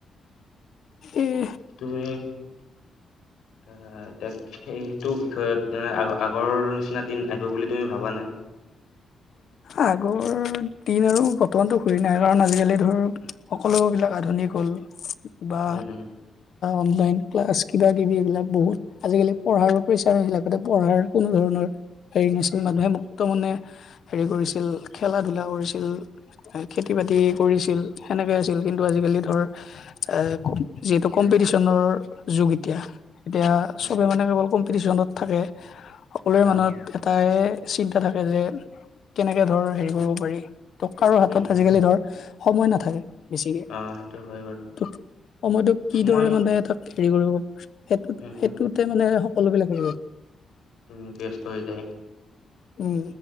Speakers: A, on the left; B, on the left.
A: এই
B: তুমি আ' সেইটো বিষয়ত তুমি আগৰ নিচিনা দিন আহিব বুলি তুমি ভাবা নে?
A: আগৰ দিন আৰু বৰ্তমানতো ঘূৰি নাই কাৰণ আজিকালি ধৰ সকলোবিলাক আধুনিক হ'ল। বা
B: উম উম
A: অনলাইন ক্লাছ কিবা কিবি এইবিলাক বহুত, আজিকালি পঢ়াৰ প্ৰেচাৰ লগতে পঢ়াৰ কোনো ধৰণৰ হেৰি নাছিল, মানুহে মুক্ত মনে হেৰি কৰিছিল, খেলা ধূলা কৰিছিল। খেতি বাতি কৰিছিল, সেনেকে আছিল কিন্তু আজিকালি ধৰ এ যিহেতু কম্পি টিশনত যুগ এতিয়া। এতিয়া
B: উম।
A: চবে মানে কেৱল কম্পিটিশনত থাকে, সকলোৱে
B: আহ
A: মনত এটাই চিন্তা থাকে যে, কেনেকে ধৰ হেৰি কৰিব পাৰি। তো কাৰো হাতত
B: উম উম
A: আজিকালি ধৰ সময় নাথাকে বেছিকে।
B: আহ সেইটো হয় বাৰু
A: ত সময়টো কিদৰে
B: সময়
A: মানে এটা হেৰি কৰিব, সেইটো
B: উম
A: সেইটোতে
B: উম
A: মানে সকলোবিলাক
B: উম' ব্যস্ত হৈ যায়।
A: উম